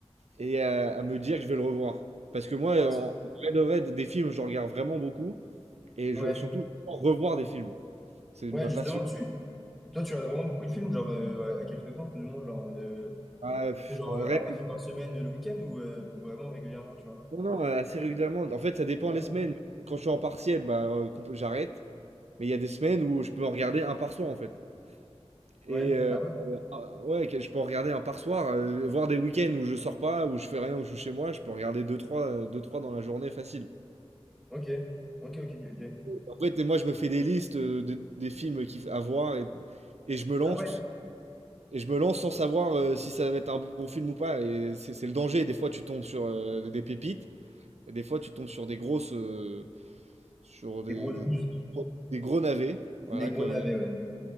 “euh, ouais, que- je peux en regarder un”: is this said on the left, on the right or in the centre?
Right